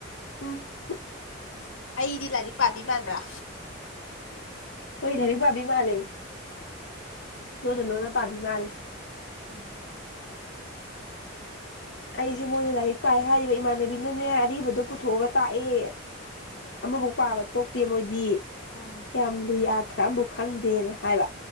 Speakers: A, on the left; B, on the left.
A: ꯎꯝ
B: ꯑꯩꯗꯤ ꯂꯥꯏꯔꯤꯛ ꯄꯥꯕꯤ ꯃꯥꯟꯕ꯭ꯔꯥ
A: ꯍꯣꯢ ꯂꯥꯢꯔꯤꯛ ꯄꯥꯕꯤ ꯃꯥꯜꯂꯦ ꯂꯣꯟꯅ ꯂꯣꯟꯅ ꯄꯥꯝꯕꯤ ꯃꯥꯜꯂꯦ
B: ꯎꯝ
A: ꯑꯩꯁꯦ ꯃꯣꯏꯅ ꯂꯥꯏꯔꯤꯛ ꯄꯥꯏ ꯍꯥꯏꯔꯤꯕ ꯏꯃꯥꯟꯅꯕꯤꯅꯅꯦ ꯑꯔꯤꯕꯗꯣ ꯄꯨꯊꯣꯛꯑꯒ ꯇꯥꯛꯑꯦ ꯑꯃꯐꯥꯎ ꯄꯥꯕ ꯊꯣꯛꯇꯦ ꯃꯣꯏꯗꯤ
B: ꯎꯝ
A: ꯌꯥꯝ ꯂꯨ ꯌꯥꯊ꯭ꯔꯥ ꯑꯃꯕꯨ ꯈꯪꯗꯦꯅ ꯍꯥꯏꯕ